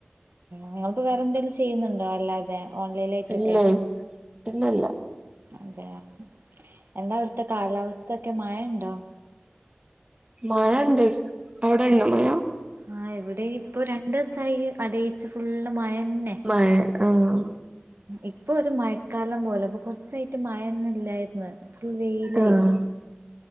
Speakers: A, on the right; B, on the right.
A: നിങ്ങൾത് വേറെന്തെങ്കിലും ചെയ്യുന്നുണ്ടോ അല്ലാതെ ഓൺലൈനായിട്ടൊക്കെ
B: ഇല്ലെ ഇല്ലല്ല
A: അതെയോ എന്താ അവിടുത്തെ കാലാവസ്ഥൊക്കെ, മയേണ്ടോ?
B: മഴ ഉണ്ട് അവിടെ ഉണ്ടോ മയ?
A: ആഹ് ഇവിടെ ഇപ്പൊ രണ്ടൂസായി അടയിച്ച് ഫുള്ള് മയന്നെ
B: മഴ ആഹ്
A: ഇപ്പൊ ഒരു മയക്കാലം പോലെ അപ്പൊ കൊറച്ചായിട്ട് മയയൊന്നും ഇല്ലാരുന്നു ഫുൾ വെയ്ൽ ലായിനു
B: ആഹ്